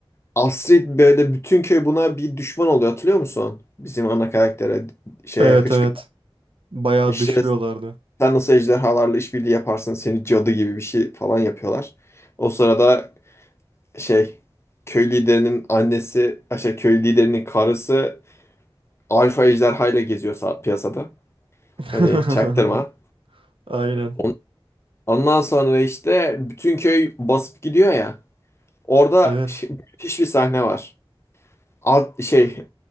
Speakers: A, on the left (about 25°); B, on the right (about 65°).
A: Astrid böyle bütün köy buna bir düşman oluyor hatırlıyor musun? Bizim ana karaktere şeye
B: Evet
A: hıçkıra.
B: evet. Bayağı
A: İşte
B: dışlıyorlardı.
A: Sen nasıl ejderhalarla işbirliği yaparsın? Seni cadı gibi bir şey falan yapıyorlar. O sırada şey köy liderinin annesi, şey köy liderinin karısı alfa ejderhayla geziyor sa- piyasada.
B: <laughs>
A: Hani çaktırma.
B: Aynen.
A: On- Ondan sonra işte bütün köy basıp gidiyor ya. Orada
B: Evet.
A: şey- müthiş bir sahne var. Alt şey